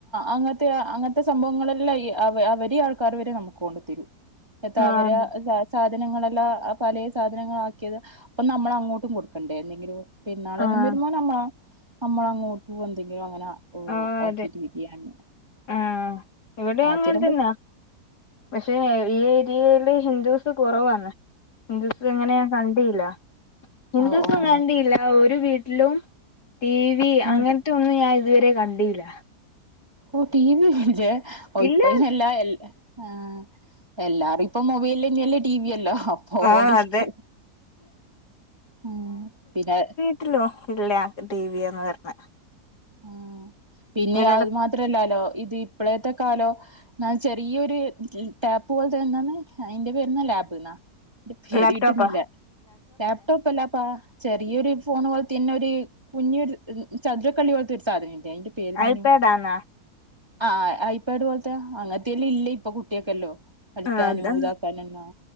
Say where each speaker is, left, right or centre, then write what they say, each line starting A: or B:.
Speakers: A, on the right; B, on the left.
A: അങ്ങത്തെ അങ്ങനത്തെ സംഭവങ്ങളല്ലാം അവ അവര് ആ വരെ നമുക്ക് കൊണ്ടു തരും താ
B: ആഹ്
A: അവരെ സാധനങ്ങളെല്ലാം പല സാധനങ്ങള ആക്കിയത് അപ്പൊ നമ്മൾ അങ്ങോട്ടും കൊടുക്കണ്ടേ എന്തെങ്കിലും പെരുന്നാൾ എല്ലാം
B: ആഹ്
A: ബരുമ്പോ നമ്മ നമ്മള അങ്ങോട്ടും എന്തെങ്കിലും അങ്ങനാ ഓ
B: ആഹ്
A: ആക്കിട്ട്
B: അതെ
A: ബിരിയാണി
B: ആഹ് ഇവിടെ
A: ആ
B: അങ്ങനെ
A: തിരുമ്പോ
B: തന്നാ പക്ഷെ ഈ ഏരിയയില് ഹിന്ദൂസ് കുറവാണ് ഹിന്ദുസ് അങ്ങനെ ഞാൻ കണ്ടില്ല ഹിന്ദുസും
A: ഓഹ് ഓഹ്
B: കണ്ടില്ല ഒരു വീട്ടിലും ടി വി
A: അങ്ങനെ
B: അങ്ങനത്തെ ഒന്നും ഞാൻ ഇതുവരെ കണ്ടല്ല
A: ഓ ടി വി ഇല്ലേ ഓ
B: ഇല്ല
A: ഇപ്പ അയിനെല്ല എല്ല ആ എല്ലാരും ഇപ്പ മൊബൈല് തന്നെയ അല്ലേ ടിവി യല്ലോ അപ്പൊ അതോണ്ടിരിക്കും
B: ആഹ്
A: ഉ പിന്നെ
B: പറ്റല്ലോ ഇല്ലേ ടി വിയന്ന് പറഞ്ഞ
A: ആ പിന്നെ
B: ഇവരുടെ
A: അത് മാത്രല്ലാലോ ഇത് ഇപ്പളേത്തെ കാലം എന്നാ ചെറിയൊരു ടാപ്പ് പോലെത്തെന്നാണ് അതിൻന്റെ പേരുന്ന ലാബ് എന്നാ പേര്
B: ലാപ്ടോപ്പാ
A: കിട്ടുന്നില്ല ലാപ്ടോപ്പ് അല്ലപ്പ ചെറിയൊരു ഫോൺ പോലെ ത്തെന്നെ ഒരു കുഞ്ഞു ഒരു ചതുരക്കള്ളി പോലത്തെ ഒരു സാധനം ഇല്ലേ അതിന്റെ പേരുന്നേനൂ
B: ഐപാഡാന്നാ
A: ആഹ ഐ പാട് പോലത്തെ അങ്ങത്തെെയല്ലാം ഇല്ല ഇപ്പൊ കുട്ടിയൊക്കെല്ലോ പഠിചക്കാനും
B: ആ അതന്ന്
A: ഇതാക്കാനന്ന